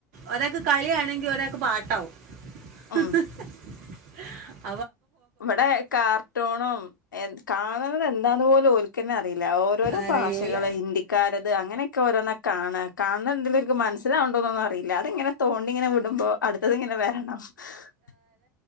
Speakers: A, on the right; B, on the left.
A: ഒരാൾക്ക് കളിയാണെങ്കി ഒരാക്ക് പാട്ടാവും.
B: ഉം
A: ഹ് ഹിഹി
B: ഇവിടെ കാർട്ടൂണും എ കാണണത് എന്താന്ന് പോലും ഓൽക്കന്നെ അ - റീല ഓരോരോ
A: അറിയൂല
B: ഭാഷകള് ഹിന്ദിക്കാരത് അങ്ങനെയൊക്കെ ഓരോന്ന കാണ കാണുന്നതെന്തേലും ഓര്ക് മനസ്സിലാവ ണ്ടോന്നൊന്നും അറിയില്ല അത്ങ്ങനെ തോണ്ടിങ്ങനെ വിടുമ്പോ അടുത്തത് ഇങ്ങനെ വരണം. ഹിഹി